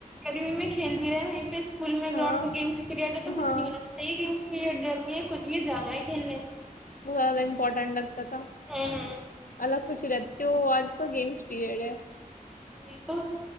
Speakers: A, in the centre; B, on the left.
A: کربی میں کھیل بھی رہا وہیں پہ اسکول میں
B: ہاں
A: گراؤنڈ میں گیمس کرڈ تو مس
B: ہاں
A: نہیں ہونا چاہیے گیمس پی گرمییاں کچھ بھی جانا ہے ک لے
B: بہت زیادہ امپورٹینٹ لگتا تھا
A: ہوں
B: الگ خوشی رہتی تھی وہ آج تو گیمس پیڑ
A: وہی تو